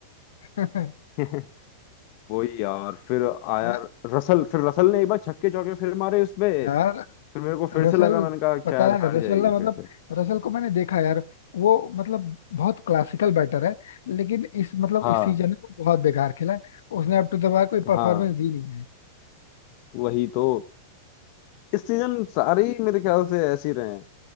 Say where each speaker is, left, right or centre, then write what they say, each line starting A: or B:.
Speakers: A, on the left (about 85°); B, on the left (about 40°).
A: है <laughs>
B: <laughs> वही यार फिर आया
A: या,
B: रसल फिर रसल ने एक बार छक्के चौके फिर मारे उसपे
A: यार
B: फिर मेरे को फिर
A: रसल
B: से लगा मैंने कहा
A: पता
B: शायद
A: है
B: हार
A: रसल
B: जाएगी
A: ना
B: फिर
A: मतलब
B: से
A: रसल को मैंने देखा यार वो मतलब बहुत क्लासिकल बैटर है लेकिन इस मतलब
B: हाँ
A: इस सीजन में वो बहुत बेकार खेला है उसने अब टू द बार कोई
B: हाँ
A: परफॉर्मेंस दी नहीं है
B: वही तो इस सीजन सारे ही मेरे ख्याल से ऐसे ही रहे हैं